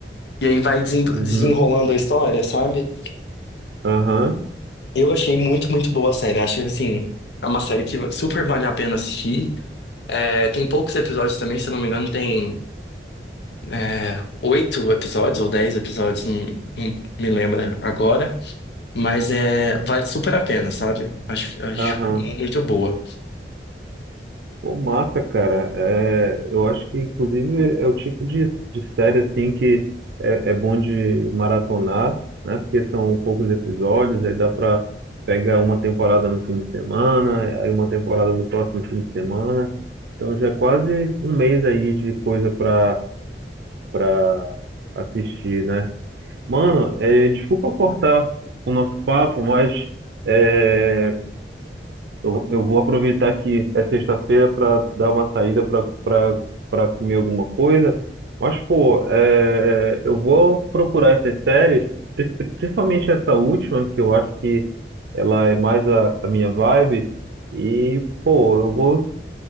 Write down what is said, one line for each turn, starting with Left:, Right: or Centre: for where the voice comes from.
Left: E aí vai desen-
Right: Uhum.
Left: desenrolando a história, sabe?
Right: Aham,
Left: Eu achei muito, muito boa a série. Acho assim, é uma série que super vale a pena assistir. É, tem poucos episódios também, se eu não me engano, tem é, oito episódios ou dez episódios, não, não me lembro agora. Mas é, vale super a pena, sabe? Acho, acho
Right: aham.
Left: muito boa.
Right: Pô, massa, cara. É, eu acho que, inclusive, é o tipo de, de série, assim, que é, é bom de maratonar, né? Porque são poucos episódios, aí dá pra pegar uma temporada no fim de semana, aí uma temporada no próximo fim de semana. Então já é quase um mês aí de coisa pra, pra assistir, né? Mano, é, desculpa cortar o nosso papo, mas... é, Eu, eu vou aproveitar que é sexta-feira para dar uma saída para comer alguma coisa. Mas, pô, é, eu vou procurar essas séries, pri- pri- principalmente essa última, que eu acho que ela é mais a, a minha vibe. E, pô, eu vou